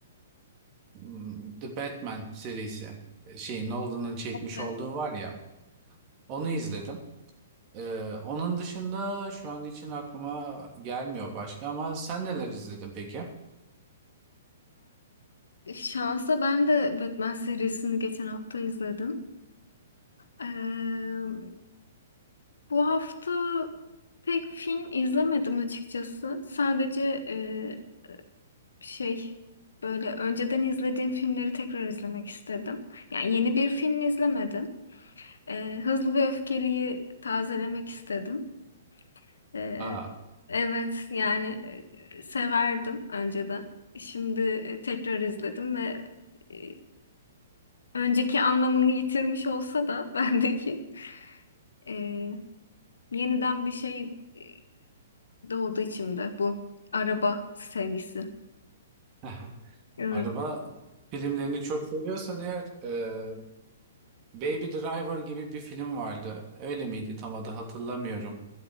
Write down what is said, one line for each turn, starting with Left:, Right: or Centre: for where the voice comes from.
Right: Hmm, The Batman serisi. Şey Nolan'ın çekmiş
Left: evet.
Right: olduğu var ya. Onu izledim. Ee, onun dışında şu an için aklıma gelmiyor başka ama sen neler izledin peki?
Left: Eee, şansa ben de Batman serisini geçen hafta izledim. Eee, bu hafta pek film izlemedim açıkçası. Sadece eee, şey böyle önceden izlediğim filmleri tekrar izlemek istedim. Yani yeni bir film izlemedim. Eee, Hızlı ve Öfkeli'yi tazelemek istedim. Ee,
Right: Aa,
Left: evet yani e, severdim önceden. Şimdi e, tekrar izledim ve e, önceki anlamını yitirmiş olsa da <laughs> bendeki e, yeniden bir şey e, doğdu içimde bu araba sevgisi.
Right: <laughs>
Left: Evet.
Right: araba filmlerini çok seviyorsan eğer e, Baby Driver gibi bir film vardı. Öyle miydi? Tam adı hatırlamıyorum.